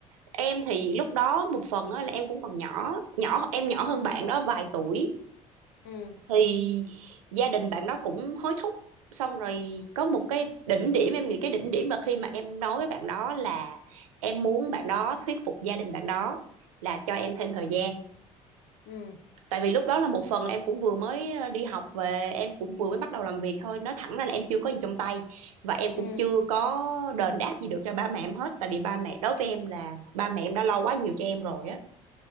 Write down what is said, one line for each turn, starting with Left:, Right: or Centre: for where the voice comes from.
Right: em thì lúc đó một phần là em cũng còn nhỏ nhỏ em nhỏ hơn
Left: ừ
Right: bạn đó vài tuổi
Left: ừ
Right: thì gia đình bạn đó cũng hối thúc xong rồi có một cái đỉnh điểm em nghĩ cái đỉnh điểm là khi mà em nói với bạn đó là em muốn bạn đó thuyết phục gia đình bạn đó là cho em thêm thời gian
Left: ừ
Right: tại vì lúc đó là một phần là em cũng vừa mới ờ, đi học về em cũng vừa mới bắt đầu làm việc thôi nói thẳng ra là em chưa có gì trong tay và em
Left: ừ
Right: cũng chưa có đền đáp gì được cho ba mẹ em hết tại vì ba mẹ đối với em là ba mẹ em đã lo quá nhiều cho em rồi á